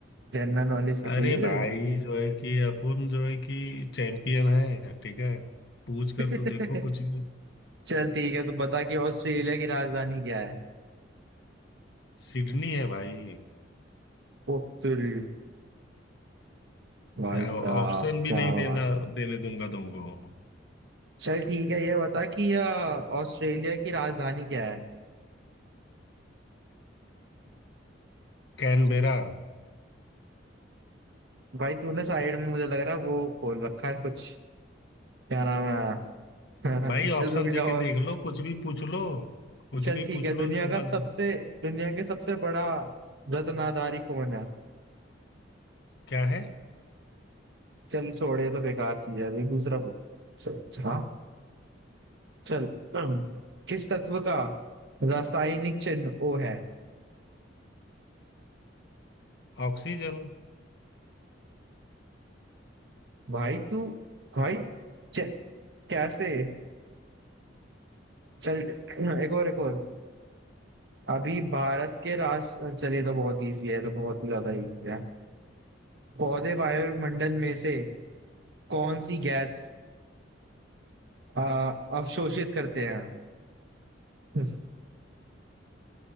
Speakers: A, on the right; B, on the left.
A: जनरल नॉलेज के
B: अरे
A: क्विज
B: भाई जो है कि अपन जो है कि चैंपियन है ठीक है पूछ
A: <laughs>
B: कर तो देखो कुछ भी
A: चल ठीक है तू बता कि ऑस्ट्रेलिया की राजधानी क्या है
B: सिडनी है भाई
A: ओ तेरी भाई
B: ऑप्शन
A: साहब
B: भी
A: क्या
B: नहीं देना
A: बात
B: देने दूंगा तुमको
A: चल ठीक है ये बता कि अ, ऑस्ट्रेलिया की राजधानी क्या है
B: कैनबेरा
A: भाई तूने साइड में मुझे लग रहा है वो खोल रखा है कुछ क्या नाम है <laughs> हाँ, हाँ,
B: भाई
A: चल
B: ऑप्शन
A: रुक
B: देके
A: जाओ और
B: देख लो कुछ भी पूछ लो कुछ
A: चल
B: भी
A: ठीक
B: पूछ
A: है
B: लो
A: दुनिया
B: जो
A: का
B: मन
A: सबसे दुनिया के सबसे बड़ा रत्नाधारी कौन है
B: क्या है
A: चल छोड़ ये तो बेकार चीज है अभी दूसरा पूछ चल हाँ चल हम्म, किस तत्व का रासायनिक चिन्ह ओ है
B: ऑक्सीजन
A: भाई तू भाई कै, कैसे चल एक और एक और अभी भारत के राष्ट्र चलिए तो बहुत इजी है ये तो बहुत ही ज्यादा इजी है पौधे वायुमंडल में से कौन सी गैस आ, अवशोषित करते हैं <laughs>